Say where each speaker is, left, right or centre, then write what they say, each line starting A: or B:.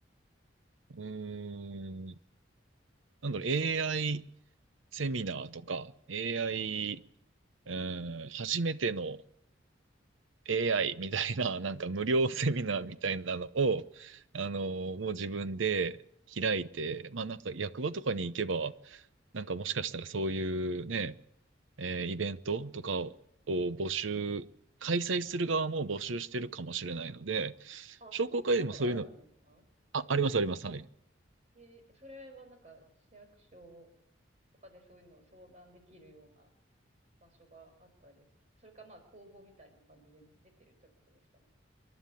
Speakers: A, on the right; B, on the right.
A: う、うーん、なんだろう、AI、セミナーとか AI、うん、初めての AI みたいな、<laughs> なんか無料セミナーみたいなのを、
B: うん。
A: あの、もう自分で開いて、まあなんか役場とかに行けば、なんかもしかしたらそういうね、えーイベントとかを募集、開催する側も募集してるかもしれないので、
B: あ、
A: 商工会でもそういうの、
B: そんなことがあるんですか
A: あ、ありますあります。はい。
B: えーそれはなんか、市役所とかでそういうのを相談できるような場所があったりす。それかまあ公募みたいな感じで出てるってことですかね。